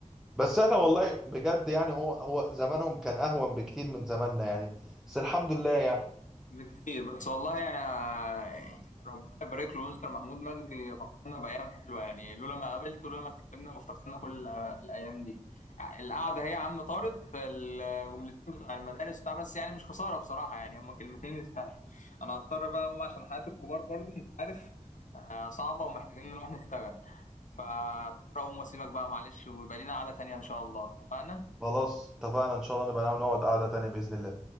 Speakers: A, in the centre; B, on the left.
A: بس احنا والله بجد يعني هو هو زمانهم كان اهون بكتير من زماننا يعني بس الحمد لله يعني
B: بكتير بس والله انا ربنا يبارك له مستر محمود مجدي فكرنا بايام حلوه يعني لولا ما قابلته لولا ما اتكلمنا وافتكرنا كل الأ- الايام دي ع- القعده هي يا عم طارت في الجملتين بتوع المدارس بتاع بس يعني مش خساره بصراحه يعني هما كلمتين يستاهلوا انا هضطر بقى اقوم عشان حياه الكبار برضو انت عارف آه، صعبه ومحتاجين نروح نشتغل فاضطر اقوم واسيبك بقى معلش ويبقى لينا قعده تانيه ان شاء الله اتفقنا
A: خلاص اتفقنا ان شاء الله نبقى نقعد قعدة تانية بإذن الله